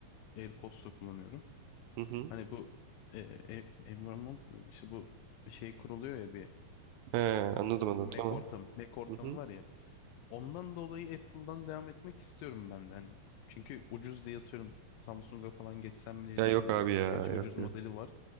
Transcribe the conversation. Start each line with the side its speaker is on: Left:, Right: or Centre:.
Left: AirPods da kullanıyorum.
Right: Hı hı.
Left: Hani bu e, e, environment mı dedi? İşte bu şey kuruluyor ya bir
Right: He anladım anladım
Left: Mac
Right: tamam.
Left: ortamı. Mac ortamı
Right: Hı hı.
Left: var ya. Ondan dolayı Apple'dan devam etmek istiyorum ben de. Hani çünkü ucuz diye atıyorum Samsung'a falan geçsem mi diye
Right: Ya
Left: düşündüm.
Right: yok abi ya
Left: Kaç ucuz
Right: yok
Left: modeli
Right: yok.
Left: var.